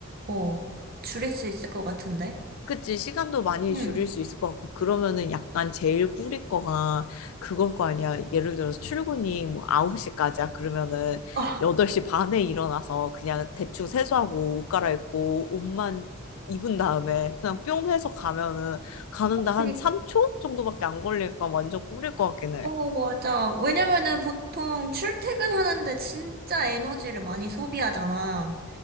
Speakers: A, on the right; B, on the left.
A: 어, 줄일 수 있을 것 같은데.
B: 그치, 시간도 많이
A: 응.
B: 줄일 수 있을 것 같고, 그러면은 약간 제일 뿌릴 거가 그걸 거 아니야. 예를 들어서 출근이 뭐 9시까지야. 그러면은
A: 아,
B: 8시 반에 일어나서 그냥 대충 세수하고 옷 갈아입고 옷만 입은 다음에 그냥 뿅 해서 가면은 가는데 한
A: 그니까.
B: 3초 정도밖에 안 걸릴까 완전 뿌릴 것 같긴 해.
A: 어, 맞아. 왜냐면은 보통 출퇴근하는데 진짜 에너지를 많이 소비하잖아.